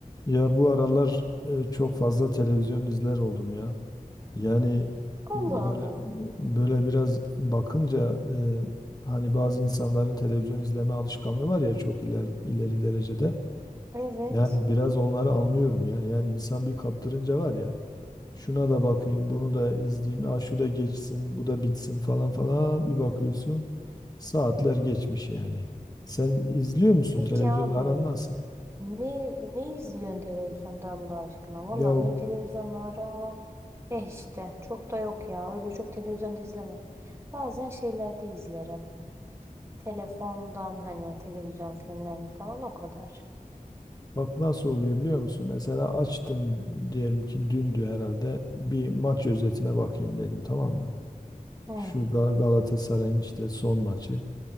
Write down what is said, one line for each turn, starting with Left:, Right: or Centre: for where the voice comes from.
Left: Ya bu aralar e, çok fazla televizyon izler oldum ya. Yani
Right: Allah
Left: böyle
Right: Allah.
Left: böyle biraz bakınca e, hani bazı insanların televizyon izleme alışkanlığı var ya çok ileri, ileri derecede.
Right: Evet.
Left: Yani biraz onları anlıyorum ya. Yani insan bir kaptırınca var ya şuna da bakayım, bunu da izleyeyim, ah şu da geçsin, bu da bitsin falan falan bir bakıyorsun saatler geçmiş yani. Sen izliyor musun
Right: Peki
Left: televizyonla
Right: abi.
Left: aran nasıl?
Right: Ne ne izliyorsun televizyonda Allah aşkına? Valla
Left: Ya
Right: benim televizyonla aram. Eh işte. Çok da yok ya. Öyle çok televizyonda izlemem. Bazen şeylerde izlerim. Telefondan hani televizyon filmlerini falan o kadar.
Left: Bak nasıl oluyor biliyor musun? Mesela açtım diyelim ki dündü herhalde bir maç özetine bakayım dedim tamam mı?
Right: Hı
Left: Şu Ga- Galatasaray'ın işte son maçı.